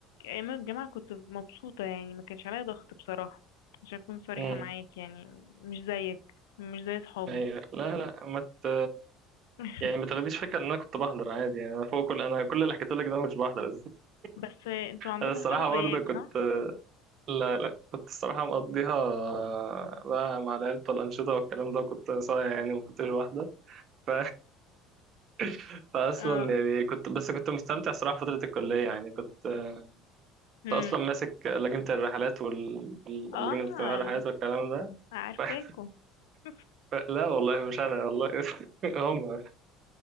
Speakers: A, on the left; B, on the right.
A: ايام الجامعة كنت مبسوطة يعني ما كانش عليا ضغط بصراحة عشان اكون صريحة
B: مم.
A: معاك يعني مش زيك مش زي صحابي
B: ايوه لا لا ما ت...
A: <laughs>
B: يعني ما تاخديش فكرة ان انا كنت بحضر عادي يعني انا فوق كل انا كل اللي حكيت لك ده أنا مش بحضر <laughs>
A: بس آه، انتوا عندكم
B: انا الصراحة
A: حضور وغياب
B: برضه كنت
A: صح؟
B: لا لا كنت الصراحة مقضيها آه، بقى مع العيلة والأنشطة والكلام ده كنت صايع يعني ما كنتش واحدة ف... <laughs> فأصلا
A: اه
B: يعني كنت بس كنت مستمتع صراحة فترة الكلية يعني كنت آه، كنت
A: امم
B: أصلا ماسك لجنة الرحلات واللجنة
A: اه
B: الاجتماعية والرحلات والكلام ده
A: عارفاكوا
B: ف...
A: <laughs>
B: ف... لا والله مش أنا والله <laughs> هم